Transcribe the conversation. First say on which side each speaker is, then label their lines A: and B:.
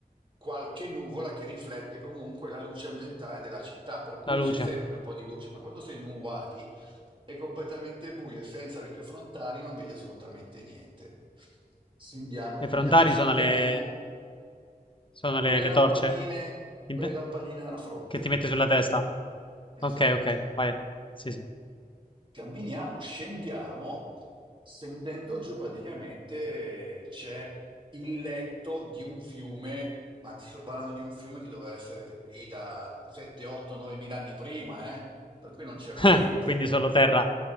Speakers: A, on the right (about 30°); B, on the left (about 30°).
A: qualche nuvola che riflette comunque la luce ambientale della città, per cui
B: la luce.
A: c'è sempre un po' di luce, ma quando sei in un wadi è completamente buio e senza le tue frontali non vedi assolutamente niente. Scendiamo,
B: Le
A: scendiamo,
B: frontali
A: scendiamo.
B: sono le... Sono
A: Quelle
B: le, le
A: lampadine,
B: torce in-
A: quelle
B: te-
A: lampadine alla fronte.
B: che ti metti sulla testa. Ok,
A: Esatto.
B: ok, vai. Sì, sì.
A: Camminiamo, scendiamo. Scendendo giù praticamente eh, c'è il letto di un fiume, ma ti sto parlando di un fiume che doveva essere lì da 7, 8, 9 mila anni prima, eh? Per cui non c'era
B: <laughs>
A: niente.
B: Quindi solo terra.